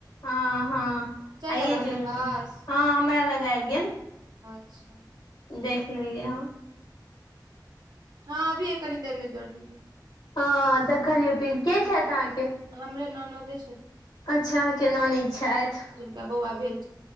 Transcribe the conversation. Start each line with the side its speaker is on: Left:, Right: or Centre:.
Left: हां-हां
Right: चलि
Left: आइयै
Right: गेल अहाँके
Left: जोड़लिए
Right: पास
Left: हां हमरा लग आएब गेल।
Right: अच्छा।
Left: देख लेलियै हम।
Right: हां अभीये कनी देर में जोड़लियै।
Left: हां देखलियै पीर, के छैथ अहाँके?
Right: हमरे ननदे छथिन।
Left: अच्छा अहाँके ननैद छैथ।
Right: जिनका बौआ भे